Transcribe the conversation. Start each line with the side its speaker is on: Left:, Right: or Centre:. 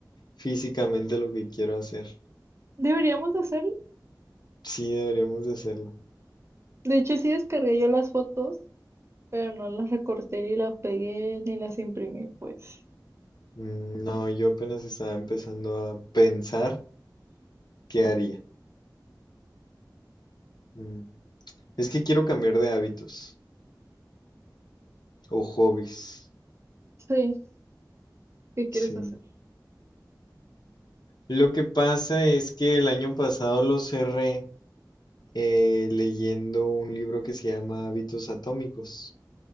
Left: físicamente lo que quiero hacer.
Right: Deberíamos de hacerlo.
Left: Sí, deberíamos de hacerlo.
Right: De hecho, sí descargué yo las fotos pero no las recorté ni las pegué ni las imprimí, pues.
Left: Mm, no, yo apenas estaba empezando a pensar qué haría. Mm. Es que quiero cambiar de hábitos o hobbies.
Right: Sí, ¿qué quieres
Left: Sí.
Right: hacer?
Left: Lo que pasa es que el año pasado lo cerré eh, leyendo un libro que se llama Hábitos Atómicos.